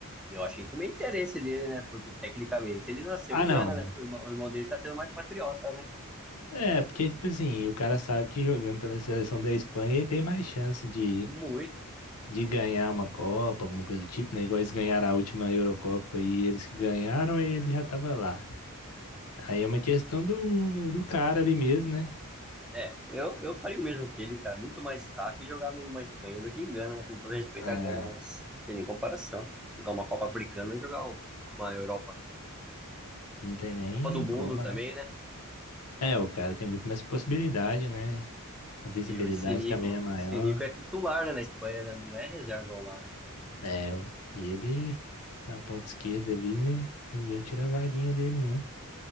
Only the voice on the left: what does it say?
Ah,
não.
É, porque, tipo assim, o cara sabe que jogando pela seleção da Espanha ele tem mais chance de,
de ganhar uma Copa, alguma coisa do tipo, né? Igual eles ganharam a última Eurocopa e eles que ganharam, ele já tava lá. Aí é uma questão do, do cara ali mesmo, né?
É.
Não tem nem
como,
né?
É, o cara tem muito mais possibilidade, né? A visibilidade
também é maior.
É, ué. E ele, na ponta esquerda ali, né? Ninguém tira a vaguinha dele, não.